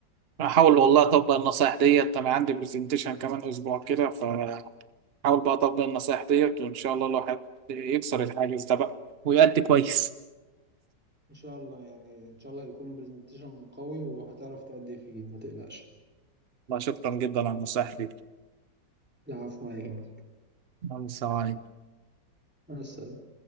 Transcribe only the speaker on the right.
احاول والله اطبق النصايح ديت انا عندي برزنتيشن كمان اسبوع كده فحاول بقى اطبق النصايح ديت وان شاء الله الواحد يكسر الحاجز ده بقى ويأدي كويس
لا شكرا جدا على النصايح دي
الله يسلمك